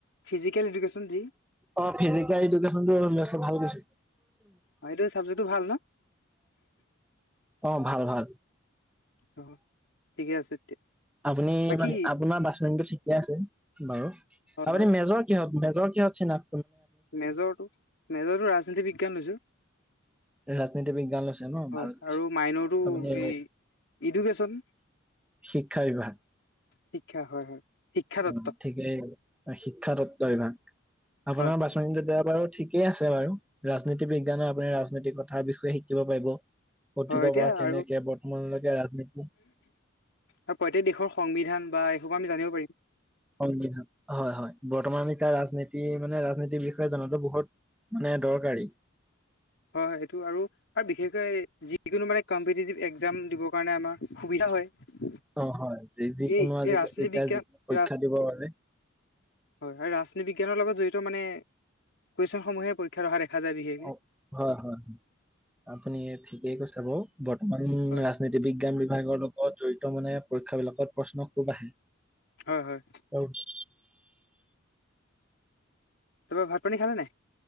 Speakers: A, on the left (about 60°); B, in the centre.
A: ফিজিকেল এডুকেশ্যন যি
B: অ ফিজিকেল এডুকেশ্যনটো লৈছ ভাল কৰিছ।
A: অ এইটো চাবজেক্টটো ভাল ন?
B: অ ভাল ভাল।
A: অ ঠিকে আছে তেতিয়া
B: আপুনি
A: বাকী
B: ম আপোনাৰ বাচমেনটো ঠিকে আছে। বাৰু
A: হয়
B: আপুনি
A: হয়
B: মেজৰ কিহত মেজৰ কিহত চিনাক
A: মেজৰটো মেজৰটো ৰাজনীতি বিজ্ঞান লৈছো।
B: ৰাজনীতি বিজ্ঞান লৈছে ন
A: হয়
B: ভাল কৰিছে
A: আৰু মাইনৰটো
B: আপুনি
A: এই ইডুকেশ্যন
B: শিক্ষা বিভাগ।
A: শিক্ষা হয় হয়। শিক্ষা তত্ব
B: অ ঠিকেই শিক্ষাতত্ত্ব বিভাগ আপোনাৰ
A: হয় হয়
B: বাছনি কেইটা বাৰু ঠি কেই আছে বাৰু ৰাজনীতি বিজ্ঞানৰ আপুনি ৰাজনীতি কথাৰ বিষয়ে শিকিব পাৰিব। অতিতৰ
A: হয় এতিয়া
B: পৰা কেনেকে
A: আৰু
B: বৰ্তমানলৈকে ৰাজনীতি
A: হয় প্ৰত্যেক দেশৰ সংবিধান বা এইবোৰ আমি জানিব পাৰিম।
B: হয় হয় হয় বৰ্তমান এতিয়া ৰাজনীতি মানে ৰাজনীতিৰ বিষয়ে জনাতো বহুত মানে দৰকাৰী।
A: হয় হয় এইটো আৰু আৰু বিশেষকৈ যিকোনো মানে কম্পিটিটিভ এক্সাম দিবৰ কাৰণে আমাৰ সুবিধা হয়।
B: অ হয় যিকোনো
A: এই
B: আজিকালি
A: এই ৰাজনীতি
B: এতিয়া
A: বিজ্ঞান
B: যিকোনো পৰীক্ষা
A: ৰাজ
B: দিবৰ বাবে
A: হয় আৰু ৰাজনীতি বিজ্ঞানৰ লগত জড়িত মানে কুৱেশ্যন সমূহে পৰি ক্ষাত অহা দেখা যায় বিশেষ
B: অ হয় হয় হয় আপুনি ঠিকেই কৈছে বাৰু বৰ্তমান ৰাজনীতি
A: হয়
B: বিজ্ঞান বিভাগৰ লগত জড়িত মানে পৰীক্ষা বিলাকত প্ৰশ্ন খুব আহে।
A: হয় হয়।
B: <unintelligible>
A: তুমি ভাত পানী খালা নে নাই।